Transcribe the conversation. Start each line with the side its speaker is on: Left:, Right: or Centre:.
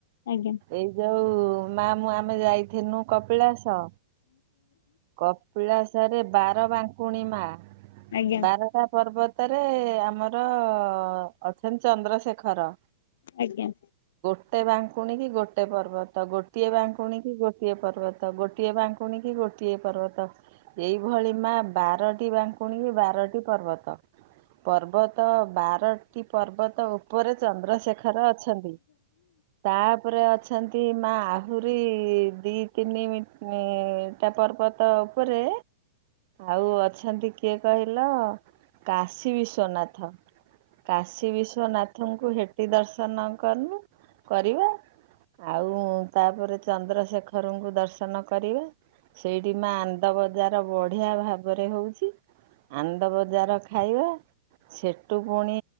Left: ଆଜ୍ଞା
Right: ଏଇ ଯୋଉ ମା ମୁଁ ଆମେ ଯାଇଥିନୁ କପିଳାସ। କପିଳାସରେ ବାରବାଙ୍କୁଣିମା
Left: ଆଜ୍ଞା
Right: ବାରଟା ପର୍ବତ ତରେ ଆମର ଅଛନ୍ତି ଚନ୍ଦ୍ରଶେଖର
Left: ଆଜ୍ଞା।
Right: ଗୋଟେ ବାଙ୍କୁଣୀ କି ଗୋଟେ ପର୍ବତ ଗୋଟିଏ ବାଙ୍କୁଣୀ କି ଗୋଟିଏ ପର୍ବତ। ତ ଗୋଟିଏ ବାଙ୍କୁକୁଣୀ କି ଗୋ ଗୋଟିଏ ପର୍ବତ ଏଇଭଳି ମା ବାରଟି ବାଙ୍କୁଣୀଙ୍କି ବାରଟି ପର୍ବତ। ପର୍ବତ ବାରଟି ପର୍ବତ ଉପରେ ଚନ୍ଦ୍ରଶେଖର ଅଛନ୍ତି। ତାପରେ ଅଛି ଅଛନ୍ତି ମା ଆହୁରି ଦି ତିନିମୀ ଟା ପର୍ବତ ଉପରେ ଆଉ ଅଛନ୍ତି କିଏ କହିଲ କାଶୀ ବିଶ୍ୱନାଥ। କାଶୀ ବିଶ୍ଵନାଥଙ୍କୁ ହେଟି ଦର୍ଶନ କରିନୁ କରିବ ଆଉ ତାପରେ ଚନ୍ଦ୍ରଶେଖରଙ୍କୁ ଦର୍ଶନ କରିବା। ସେଇଠି ମା ଆନ୍ଦ ବଜାର ବଢିଆ ଭାବରେ ହଉଛି। ଆନ୍ଦ ବଜାର ଖାଇବା ସେଠୁ ପୁଣି